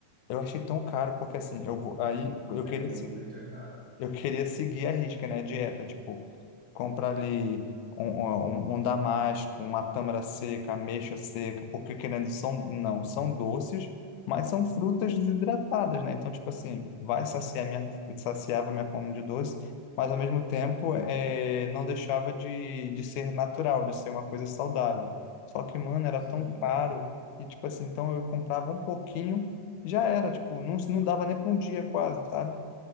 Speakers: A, on the left; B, on the left.
A: eu achei tão caro, porque assim, eu, go- aí eu
B: É,
A: queria
B: Mundo Verde é caro.
A: eu queria seguir a risca, né? A dieta, tipo, comprar ali um, um, um um damasco, uma tâmara seca, ameixa seca, porque querendo, são, não, são doces, mas são frutas desidratadas, né? Então, tipo assim, vai saciar minha, saciava minha fome de doce, mas ao mesmo tempo é não deixava de, de ser natural, de ser uma coisa saudável. Só que, mano, era
B: Sim.
A: tão caro, e tipo assim, então eu comprava um pouquinho, já era, tipo, não, não dava nem para um dia quase, sabe?